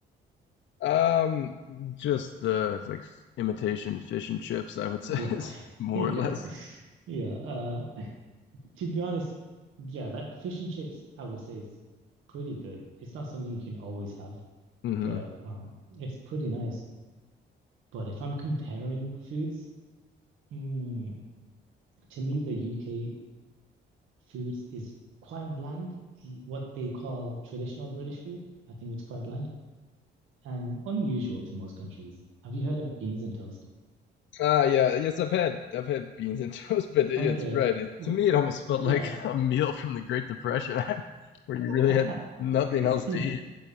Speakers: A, on the left (about 65°); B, on the right (about 85°).
A: Um, just the like imitation fish and chips, I would
B: Yeah,
A: say, <laughs> is
B: <laughs>
A: more
B: yeah,
A: or less.
B: yeah. Uh, to be honest, yeah, that fish and chips I would say is pretty good. It's not something you can always have,
A: hmm
B: but um, it's pretty nice. But if I'm comparing foods, mm, to me the UK foods is quite bland. The, what they call traditional British food, I think it's quite bland and unusual to most countries. Have you heard of beans and toast?
A: Ah, yeah, yes, I've had I've had beans and <laughs> toast, but yeah,
B: Okay.
A: it's right. It,
B: w-
A: to me, it almost felt
B: Yeah,
A: like <laughs> a meal from the Great Depression, <laughs> where you really
B: <laughs>
A: had nothing else
B: Yeah,
A: to eat.